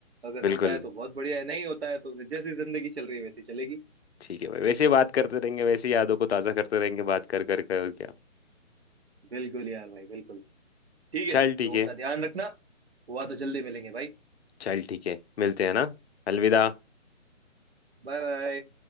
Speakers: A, on the right; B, on the left.
A: अगर
B: बिल्कुल
A: होता है तो बहुत बढ़िया है नहीं होता है तो फिर जैसी जिंदगी चल रही है वैसी चलेगी
B: ठीक है भाई वैसे ही बात करते रहेंगे वैसे ही यादों को ताज़ा करते रहेंगे बात कर कर कर और क्या
A: बिल्कुल यार भाई बिल्कुल ठीक है
B: चल ठीक
A: तो
B: है
A: अपना ध्यान रखना हुआ तो जल्दी मिलेंगे भाई
B: चल ठीक है मिलते हैं ना अलविदा
A: Bye bye